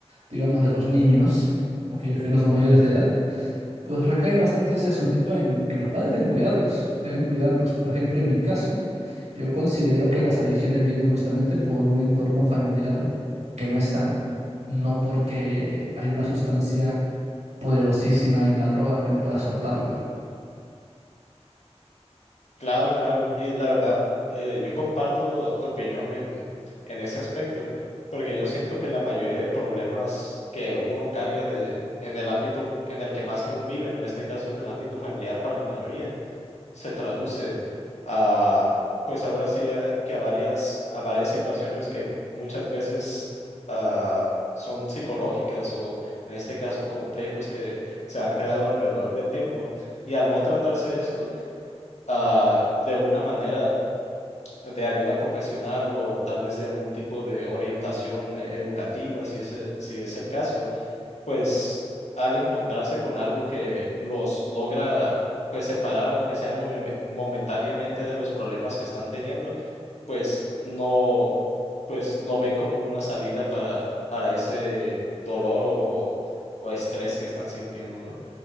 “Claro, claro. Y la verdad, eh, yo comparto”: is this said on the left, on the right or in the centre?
Left